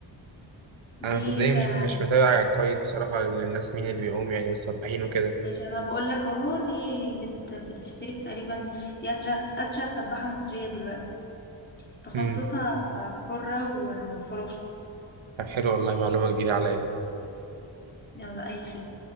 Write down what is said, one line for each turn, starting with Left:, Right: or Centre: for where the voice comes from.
Right: أنا
Left: دي
Right: صدقني مش
Left: آه،
Right: مش متابع كويس بصراحة للناس مين اللي بيقوم يعني والسباحين وكده
Left: ماشي انا بقول لك اهو دي بت... بتشترك تقريبا دي اسرع اسرع سباحة مصرية دلوقتي تخصصها
Right: امم
Left: حرة و- وفراشة
Right: طب حلو والله معلومة جديدة عليا
Left: يلا اي خدمة